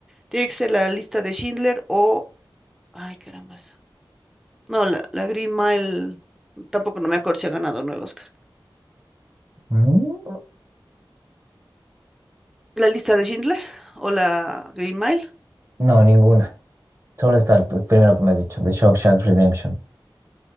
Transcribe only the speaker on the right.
Mm,
No, ninguna. Solo está el pr- primero que me has dicho, The Shawshank Redemption.